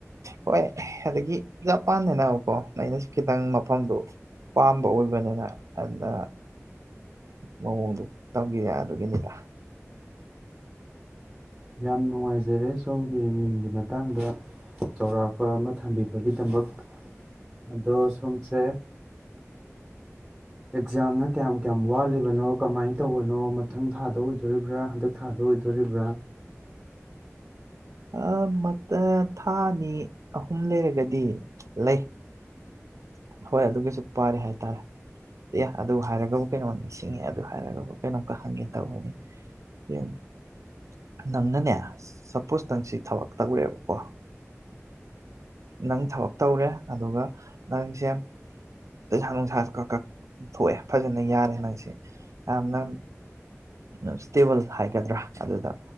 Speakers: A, on the right (about 75°); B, in the centre.
A: ꯍꯣꯏ ꯑꯗꯒꯤ ꯖꯄꯥꯟꯗ ꯀꯣ ꯑꯩꯅꯁꯨ ꯈꯤꯇꯪ ꯃꯐꯝꯗꯨ ꯄꯥꯝꯕ ꯑꯣꯏꯕꯅꯤꯅ ꯑꯗꯨꯗ ꯃꯑꯣꯡꯗꯨ ꯇꯧꯒꯤ ꯑꯗꯨꯒꯤꯅꯤꯗ
B: ꯌꯥꯝ ꯅꯨꯡꯉꯥꯏꯖꯔꯦ ꯁꯣꯝꯒꯤ ꯃꯤꯡꯒꯤ ꯃꯇꯥꯡꯗ ꯆꯥꯎꯔꯥꯛꯄ ꯑꯃ ꯊꯝꯕꯤꯕꯒꯤꯗꯃꯛ ꯑꯗꯣ ꯁꯣꯝꯁꯦ ꯑꯦꯛꯖꯥꯝꯅ ꯀꯌꯥꯝ ꯀꯌꯥꯝ ꯋꯥꯠꯂꯤꯕꯅꯣ ꯀꯃꯥꯏꯅ ꯇꯧꯕꯅꯣ ꯃꯊꯪ ꯊꯥꯗ ꯑꯣꯏꯗꯣꯔꯤꯕ꯭ꯔꯥ ꯍꯟꯗꯛ ꯊꯥꯗ ꯑꯣꯏꯗꯣꯔꯤꯕ꯭ꯔꯥ
A: ꯑꯥ ꯊꯥ ꯑꯅꯤ ꯑꯍꯨꯝ ꯂꯩꯔꯒꯗꯤ ꯂꯩ ꯍꯣꯏ ꯑꯗꯨꯒꯤꯁꯨ ꯄꯥꯏꯔꯤ ꯍꯥꯏꯇꯥꯔꯦ꯫ ꯑꯦ ꯑꯗꯨ ꯍꯥꯏꯔꯒꯕꯨ ꯀꯩꯅꯣ ꯅꯤꯡꯁꯤꯡꯉꯦ ꯑꯗꯨ ꯍꯥꯏꯔꯒꯕꯨ ꯀꯩꯅꯣꯝꯇ ꯍꯪꯒꯦ ꯇꯧꯕꯅꯤ ꯌꯦ ꯅꯪꯅꯅꯦ ꯁꯄꯣꯁ ꯅꯪꯆꯁꯤ ꯊꯕꯛ ꯇꯧꯔꯦꯕꯀꯣ ꯅꯪ ꯊꯕꯛ ꯇꯧꯔꯦ ꯑꯗꯨꯒ ꯅꯪꯁꯦ ꯄꯩꯁꯥ ꯅꯨꯡꯁꯥ ꯀꯛ ꯀꯛ ꯊꯣꯛꯑꯦ ꯐꯖꯅ ꯌꯥꯔꯦ ꯅꯪꯁꯦ ꯌꯥꯝꯅ ꯏꯁꯇꯦꯕꯜ ꯍꯥꯏꯒꯗ꯭ꯔꯥ ꯑꯗꯨꯗ